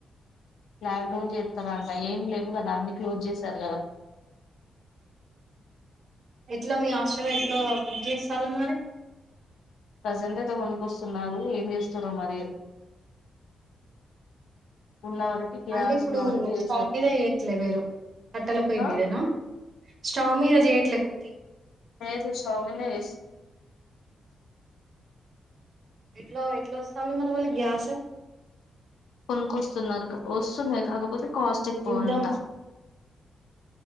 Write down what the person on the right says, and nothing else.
ఎట్లా మీ హాస్టల్లో ఎట్లో పని చేస్తాల మరి
అంటే ఇప్పుడు
స్టాప్ మీద వయట్లే మీరు కట్టల పొయ్యి
మీదేనా స్టవ మీద చేయట్లే ఎక్కువకి
ఎట్లో ఎట్లా వస్తాంది మరి వాళ్ళ గ్యాస్
యుద్ధం